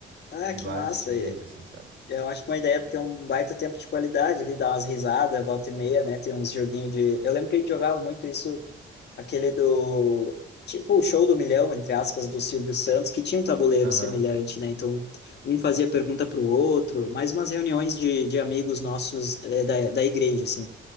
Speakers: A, on the left; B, on the right.
A: Ah,
B: de
A: que
B: vários
A: massa.
B: jeitos, assim, sabe?
A: Eu acho uma ótima ideia, porque é um baita tempo de qualidade, ali, dá umas risadas, volta e meia, né? Tem uns joguinhos de. Eu lembro que a gente jogava muito isso, aquele do. Tipo o show do milhão, entre aspas, do Silvio Santos, que tinha um tabuleiro
B: Aham.
A: semelhante, né? Então, um fazia pergunta para o outro, mais umas reuniões de, de amigos nossos eh, da, da igreja, assim.